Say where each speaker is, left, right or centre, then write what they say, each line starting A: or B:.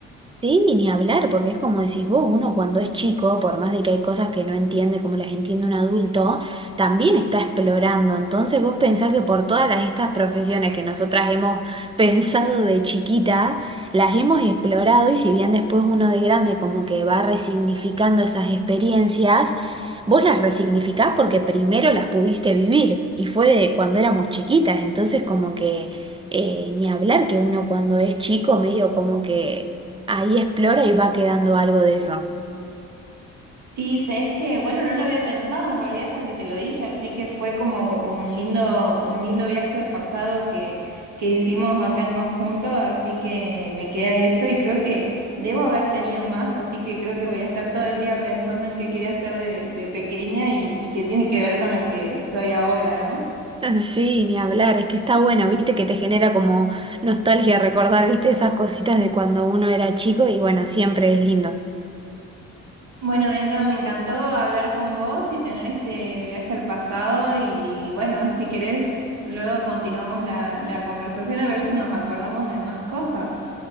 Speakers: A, on the right; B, on the right.
A: Sí, y ni hablar, porque es como decís vos, uno cuando es chico, por más de que hay cosas que no entiende como las entiende un adulto, también está explorando. Entonces vos pensás que por todas las, estas profesiones que nosotras hemos <laughs> pensado de chiquita, las hemos explorado y si bien después uno de grande como que va resignificando esas experiencias, vos las resignificás porque primero las pudiste vivir y fue de cuando éramos chiquitas. Entonces como que eh, ni hablar que uno cuando es chico medio como que Ahí explora y va quedando algo de eso.
B: Sí, sabes que, bueno, no lo había pensado en realidad hasta que te lo dije, así que fue como un lindo, un lindo viaje al pasado que, que hicimos acá en conjunto, así que me queda eso y creo que debo haber tenido más, así que creo que voy a estar todo el día pensando en qué quería hacer de, de pequeña y, y qué tiene que ver con lo que soy ahora, ¿no?
A: <laughs> Sí, ni hablar, es que está bueno, viste que te genera como nostalgia recordar, viste esas cositas de cuando uno era chico y bueno, siempre es lindo.
B: Bueno, Bianca, me encantó hablar con vos y tener este viaje al pasado y bueno, si querés, luego continuamos la, la conversación a ver si nos acordamos de más cosas.